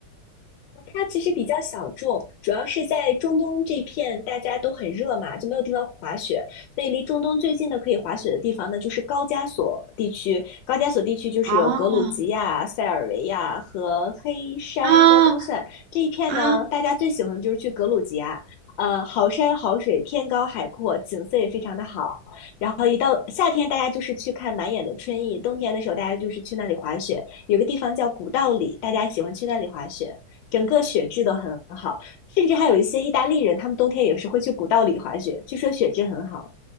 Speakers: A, on the left; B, on the right.
A: 它其实比较小众，主要是在中东这片大家都很热嘛，就没有地方滑雪，所以离中东最近的可以滑雪的地方呢，就是高加索地区。高加索地区就是有格鲁吉亚、
B: 哦，
A: 塞尔维亚和黑山，
B: 啊，
A: 应该都算这一片呢。
B: 啊，
A: 大家最喜欢的就是去格鲁吉亚，呃，好山好水，天高海阔，景色也非常的好。然后一到夏天，大家就是去看满眼的春意；冬天的时候，大家就是去那里滑雪。有个地方叫古道里，大家喜欢去那里滑雪。整个雪质都很好，甚至还有一些意大利人，他们冬天也是会去古道里滑雪，据说雪质很好。